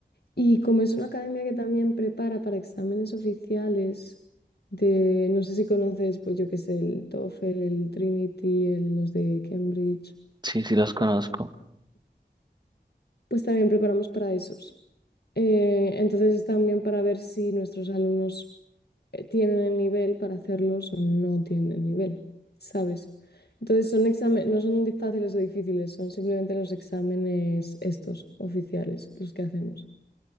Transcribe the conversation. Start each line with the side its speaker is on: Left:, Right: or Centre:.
Left: Y como es una academia que también prepara para exámenes oficiales de, no sé si conoces, pues yo qué sé, el TOEFL, el Trinity, el- los de Cambridge.
Right: Sí, sí los conozco.
Left: pues también preparamos para esos. Eh, entonces es también para ver si nuestros alumnos eh, tienen el nivel para hacerlos o no tienen el nivel, ¿sabes? Entonces son exámenes, no son di- fáciles o difíciles, son simplemente los exámenes estos, oficiales, los que hacemos.